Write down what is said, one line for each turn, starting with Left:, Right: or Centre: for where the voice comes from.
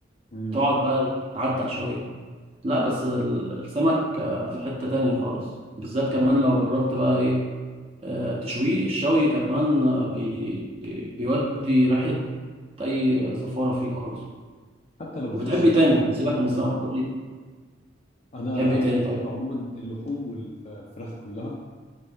Left: امم
Right: بتقعد بقى تعتق شويه لا بس ال- السمك آه، في حتة تانية خالص بالذات كمان لو جربت بقى ايه آه، تشويه الشوي كمان آه، بي بيودي ريحة اي زفارة فيه خالص
Left: حتى لو ما
Right: وبتحب
Left: فيهاش زفاره
Right: ايه تاني
Left: برضه
Right: سيبك من السمك
Left: انا
Right: قول لي
Left: أنا
Right: بتحب ايه تاني
Left: بحب
Right: طيب
Left: عموما اللحوم والفراخ كلها